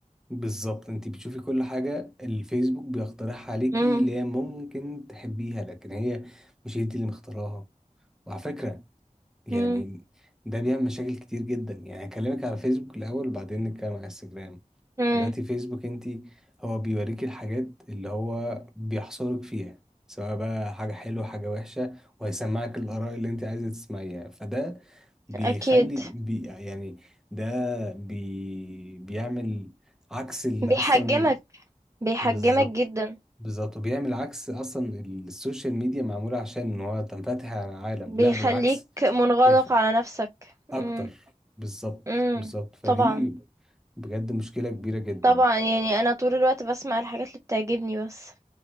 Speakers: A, in the centre; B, on the right.
A: بالظبط انت بتشوفي كل حاجة الفيسبوك بيقترحها عليكي
B: إمم،
A: اللي هي ممكن تحبيها لكن هي مش انت اللي مختاراها وعلى فكرة يعني
B: إمم،
A: ده بيعمل مشاكل كتير جدا يعني هكلمك على فيسبوك الأول وبعدين نتكلم على انستجرام
B: إمم،
A: دلوقتي فيسبوك انت هو بيوريكي الحاجات اللي هو بيحصرك فيها سواء بقى حاجة حلوة حاجة وحشة وهيسمعك الآراء اللي انت عايزة تسمعيها فده بيخلي
B: أكيد.
A: بي يعني ده بي بيعمل عكس اللي
B: بيحجمك،
A: اصلا
B: بيحجمك
A: بالظبط
B: جدًا،
A: بالظبط وبيعمل عكس اصلا السوشيال ميديا معموله عشان ان هو تنفتح على العالم
B: بيخلّيك
A: لا بالعكس
B: منغلق
A: بيخ...
B: على نفسك. إمم،
A: اكتر بالظبط
B: إمم،
A: بالظبط فدي
B: طبعًا،
A: بجد مشكله كبيره جدا
B: طبعًا، يعني أنا طول الوقت باسمع الحاجات اللي بتعجبني بس.